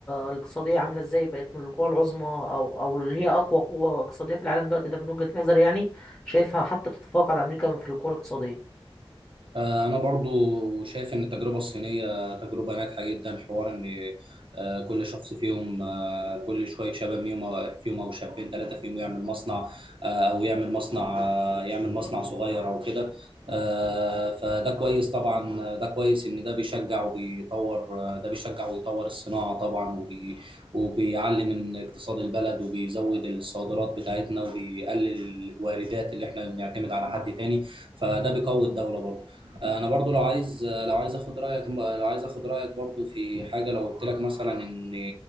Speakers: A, on the left; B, on the right.
A: الاقتصاديه عامله ازاي بقت من القوى العظمى او او اللي هي اقوى قوه اقتصاديه في العالم دلوقتي ده من وجهه نظري يعني شايفها حتى بتتفوق على امريكا في القوه الاقتصاديه
B: آه، أنا برضو شايف إن التجربة الصينية تجربة ناجحة جدا حوار إن آه، كل شخص فيهم آه، كل شوية شباب فيهم فيهم أو شابين ثلاثة فيهم يعمل مصنع آه، أو يعمل مصنع آه، يعمل مصنع صغير أو كده آه، فده كويس طبعا آه، ده كويس إن ده بيشجع وبيطور آه، ده بيشجع ويطور الصناعة طبعا وبي وبيعلي من اقتصاد البلد وبيزود الصادرات بتاعتنا وبيقلل الواردات اللي إحنا بنعتمد على حد تاني فده بيقوي الدولة برضو انا برضو لو عايز لو عايز اخد رايك لو عايز اخد رايك برضو في حاجه لو قلت لك مثلا ان